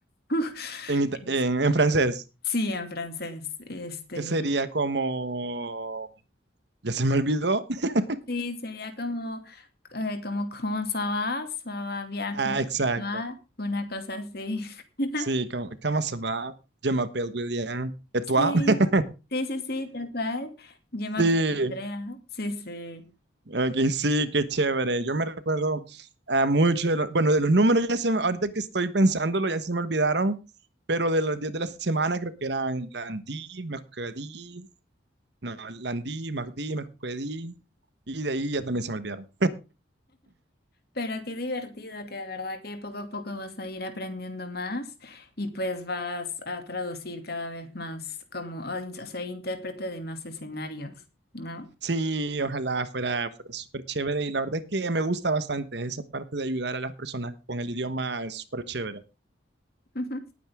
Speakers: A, on the left; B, on the right.
A: <laughs>
B: En, ita-
A: Es-
B: en, en francés,
A: Sí, en francés. Este,
B: ¿Qué sería como... Ya se me olvidó. <laughs>
A: sí, sería como, eh, como, ¿cómo ça va? Ça va bien,
B: Ah,
A: chez
B: exacto.
A: toi? Una cosa así. <laughs>
B: Sí, como, ¿cómo se va? Je m'appelle William. ¿Et
A: Sí,
B: toi? <laughs>
A: sí, sí, sí, tal cual. Yo me
B: Sí.
A: aprendí Andrea. Sí, sí.
B: Ok, sí, qué chévere. Yo me recuerdo a mucho de los, bueno, de los números ya se me, ahorita que estoy pensándolo ya se me olvidaron, pero de los días de la semana creo que eran Landí, Mercredí, no, Landí, Mardí, Mercredí, y de ahí ya también se me olvidaron.
A: Pero qué divertido, que de verdad que poco a poco vas a ir aprendiendo más y pues vas a traducir cada vez más como, o in- o sea, intérprete de más escenarios, ¿no?
B: Sí, ojalá fuera, fuera súper chévere y la verdad es que me gusta bastante esa parte de ayudar a las personas con el idioma, es súper chévere.
A: <laughs>